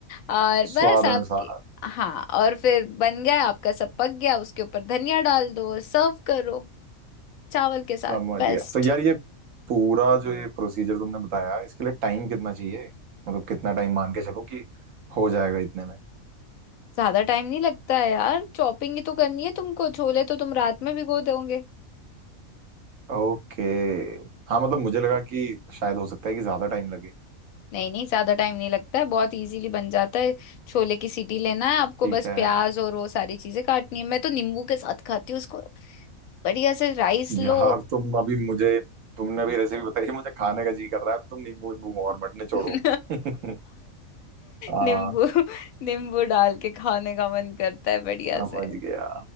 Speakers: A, on the left; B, on the right.
A: और
B: <laughs> स्वाद
A: बस आपकी
B: अनुसार
A: हाँ और फिर बन गया आपका सब पक गया उसके ऊपर धनिया डाल दो और सर्व करो चावल के साथ
B: समझ
A: बेस्ट
B: गया तो यार ये पूरा जो ये प्रोसीजर तुमने बताया इसके लिए टाइम कितना चाहिए मतलब कितना टाइम मान के चलो कि हो जाएगा इतने में
A: ज्यादा टाइम नहीं लगता है यार चॉपिंग ही तो करनी है तुमको छोले तो तुम रात में भिगो दोगे
B: ओके हाँ मतलब मुझे लगा कि शायद हो सकता है कि ज्यादा टाइम लगे
A: नहीं नहीं ज्यादा टाइम नहीं लगता है बहुत इजीली बन जाता है छोले की सीटी लेना है आपको
B: ठीक
A: बस
B: है
A: प्याज और वो सारी चीजें काटनी है मैं तो नींबू के साथ खाती हूँ उसको बढ़िया से राइस लो
B: यार तुम अभी मुझे तुमने अभी रेसिपी बताई मुझे खाने का जी कर रहा है तो तुम नींबू वींबू और मत निचोड़ो
A: <laughs>
B: <laughs> हाँ
A: नींबू नींबू डाल के खाने का मन करता है बढ़िया
B: समझ
A: से
B: गया